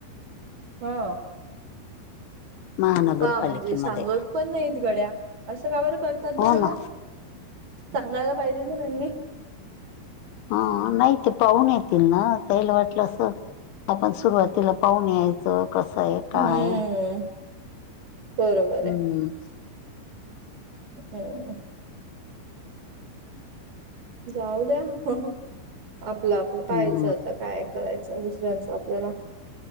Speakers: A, on the right; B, on the left.
A: हा
B: महानगरपालिकेमध्ये
A: का म्हणजे सांगत पण नाहीत गड्या असं का बरं कर तात
B: हो
A: बरं
B: ना
A: म सांगायला पाहिजेत ना त्यांनी.
B: हा आ नाही ते पाहुणे येतील ना त्याला वाटलं असं आपण सुरुवातीला पाहून यायचं कसं आहे काय
A: हम्म
B: आहे.
A: बरोबर आहे.
B: हम्म.
A: हम्म. जाऊ द्या आपलं आपलं पाहायचं
B: हम्म
A: आता काय करायचा आहे दुसऱ्यांचा आपल्याला.